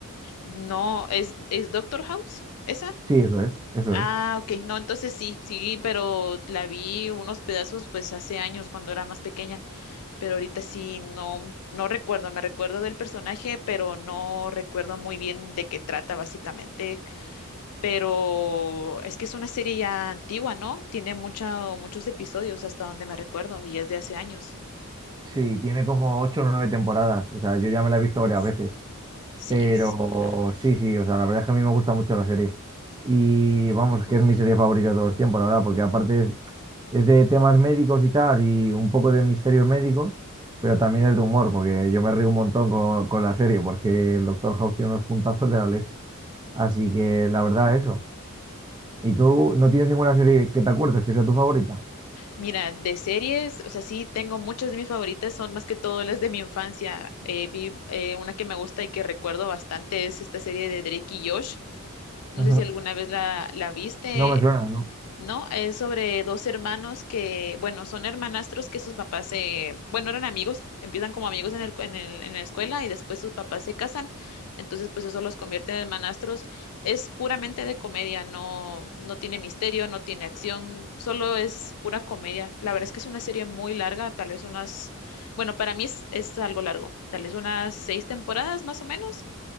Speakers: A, on the left; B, on the right.
A: No, es, es Doctor House, esa.
B: Sí, eso es, eso
A: Ah,
B: es.
A: ok. No, entonces sí, sí, pero la vi unos pedazos pues hace años cuando era más pequeña, pero ahorita sí no, no recuerdo, me recuerdo del personaje, pero no recuerdo muy bien de qué trata básicamente, pero es que es una serie ya antigua, ¿no? Tiene mucha, muchos episodios hasta donde me recuerdo y es de hace años.
B: Sí, tiene como ocho o nueve temporadas, o sea, yo ya me la he visto
A: Uf,
B: varias veces.
A: sí,
B: Pero
A: es muy larga.
B: sí, sí, o sea, la verdad es que a mí me gusta mucho la serie. Y vamos,
A: Ujú,
B: que es mi serie favorita de todos los tiempos, la verdad, porque aparte es, es de temas médicos y tal, y un poco de misterios médicos, pero también es de humor, porque yo me río un montón con, con la serie, porque el Doctor House tiene unos puntazos de la leche. Así que la verdad, eso. ¿Y
A: ujú.
B: tú no tienes ninguna serie que te acuerdes que sea tu favorita?
A: Mira, de series, o sea, sí tengo muchas de mis favoritas, son más que todo las de mi infancia. Eh, vi eh, una que me gusta y que recuerdo bastante, es esta serie de Drake y Josh. No
B: Ujú.
A: sé si alguna vez la, la viste,
B: No me suena, ¿no?
A: ¿no? Es sobre dos hermanos que, bueno, son hermanastros que sus papás se, bueno, eran amigos, empiezan como amigos en el, en el- en la escuela y después sus papás se casan, entonces pues eso los convierte en hermanastros. Es puramente de comedia, no, no tiene misterio, no tiene acción, solo es pura comedia. La verdad es que es una serie muy larga, tal vez unas, bueno, para mí es, es algo largo, tal vez unas seis temporadas más o menos